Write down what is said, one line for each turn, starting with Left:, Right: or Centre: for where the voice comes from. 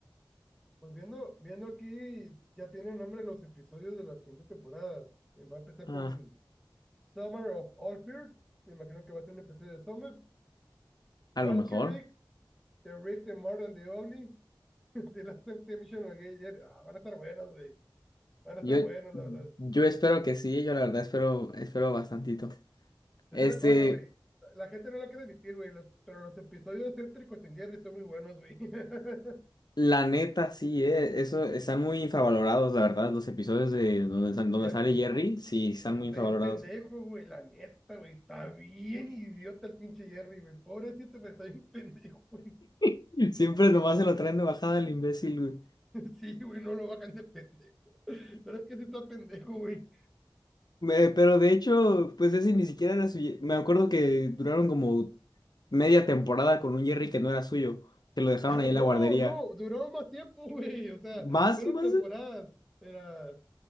Centre: Pues viendo, viendo aquí, ya tienen nombre los episodios de la siguiente temporada. Eh, Va a empezar
Left: Ah,
Centre: con Summer of All Fears. Me imagino que va a ser un episodio de Summer.
Left: a
Centre: Valkyrie,
Left: lo mejor.
Centre: The Rick, The More and The Ugly. <laughs> de Last Temptation of Gay Jerry. Ah, van a estar buenos, güey. Van a
Left: Yo,
Centre: estar buenos, la verdad.
Left: yo espero que sí, yo la verdad espero, espero bastantito.
Centre: Es
Left: Este,
Centre: una cosa, güey. La gente no lo quiere admitir, güey, los- pero los episodios céntricos en Jerry son muy buenos, güey. <laughs>
Left: la neta, sí, eh, eso, están muy infravalorados, la verdad, los episodios de donde, sal-
Centre: De
Left: donde
Centre: Jerry.
Left: sale Jerry, sí, están
Centre: Pero es que
Left: muy
Centre: está
Left: infravalorados.
Centre: bien pendejo, güey, la neta, güey. Está bien idiota el pinche Jerry, güey. Pobrecito, pero está bien pendejo, güey.
Left: <laughs> Siempre nomás se lo traen de bajada el imbécil, güey.
Centre: <laughs> Sí, güey, no lo hagan de pendejo. Pero es que sí está pendejo, güey.
Left: Eh, pero de hecho, pues ese ni siquiera era suyo. Me acuerdo que duraron como media temporada con un Jerry que no era suyo, que lo dejaron
Centre: Ah,
Left: ahí en
Centre: no,
Left: la guardería.
Centre: no, duró más tiempo, güey. O sea,
Left: Más,
Centre: fueron
Left: más,
Centre: temporadas. Era